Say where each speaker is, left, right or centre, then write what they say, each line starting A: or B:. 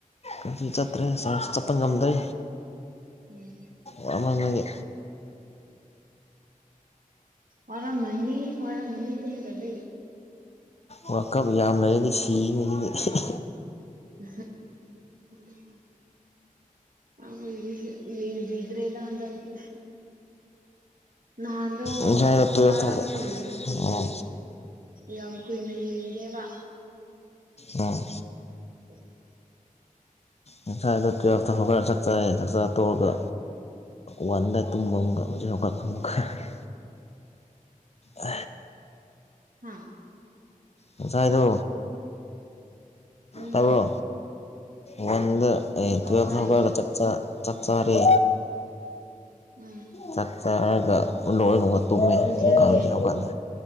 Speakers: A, on the left; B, on the right.
A: ꯉꯁꯤ ꯆꯠꯇ꯭ꯔꯦ ꯆꯥꯔ꯭ꯁ ꯆꯠꯄ ꯉꯝꯗ꯭ꯔꯦ
B: ꯎꯝ
A: ꯋꯥꯃꯟꯕꯒꯤ
B: ꯋꯥꯔꯝꯃꯅꯤ ꯋꯥꯔꯝꯃꯅꯤ ꯇꯨꯝꯗꯕꯩ
A: ꯋꯥꯜ ꯀꯞ ꯌꯥꯝ ꯂꯩꯔꯗꯤ ꯁꯤꯅꯤ ꯁꯤꯗꯤ
B: ꯎꯝ <unintelligible> ꯑꯈꯣꯏꯗꯤ ꯌꯦꯡꯕꯤꯗꯔ꯭ꯦꯗꯥ ꯍꯟꯗꯛꯇꯤ ꯅꯍꯥꯟꯗꯣ
A: ꯉꯁꯥꯏꯗꯣ ꯇꯨꯌꯦꯜꯞ
B: ꯑꯃꯔꯥꯛꯇ
A: ꯊꯣꯛꯄ
B: ꯌꯦꯡꯉꯦ ꯑꯗꯨꯁꯨ
A: ꯑꯣ
B: ꯌꯥꯝ ꯀꯨꯏꯅ ꯌꯦꯡꯗꯦꯕ
A: ꯑꯣ
B: <unintelligible>
A: ꯉꯁꯥꯏꯗꯣ ꯇꯨꯌꯦꯜꯞꯇ ꯍꯧꯒꯠꯂꯒ ꯆꯥꯛꯆꯥꯥꯏ ꯆꯥꯛ ꯆꯥ ꯇꯣꯛꯔꯒꯥ ꯋꯥꯟꯗ ꯇꯨꯝꯕ ꯑꯃꯒ ꯍꯧꯖꯤꯛ <unintelligible> ꯑ
B: ꯍꯥ
A: ꯉꯁꯥꯏꯗꯣ
B: ꯎꯝ
A: ꯇꯥꯕ꯭ꯔꯣ ꯋꯥꯟ ꯗꯥ ꯑꯦ ꯇꯨꯌꯦꯜꯞ
B: ꯑꯧ ꯇꯥꯏꯌꯦ
A: ꯇꯥ ꯍꯧꯒꯠꯂꯒ ꯆꯥꯛ ꯆꯥ ꯆꯥꯛ ꯆꯥꯔꯦ
B: ꯎꯝ
A: ꯆꯥꯛ ꯆꯥꯔꯥꯒ ꯂꯣꯏꯔꯒ ꯇꯨꯝꯃꯦ
B: ꯅꯨꯡꯊꯤꯜꯒꯤ
A: ꯑꯃꯨꯛꯀꯥ ꯍꯧꯗꯤ ꯍꯧꯒꯠꯂꯦ